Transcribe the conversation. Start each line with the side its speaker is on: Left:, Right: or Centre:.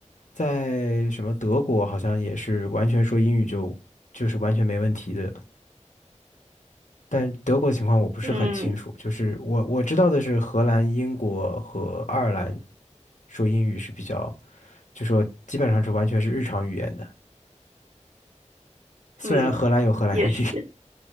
Left: 在什么德国，好像也是完全说英语就就是完全没问题的。但德国的情况我不是很清楚，
Right: 嗯，
Left: 就是我我知道的是荷兰、英国和爱尔兰说英语是比较，就说基本上是完全是日常语言的。虽然荷兰有荷兰语
Right: 嗯，也是，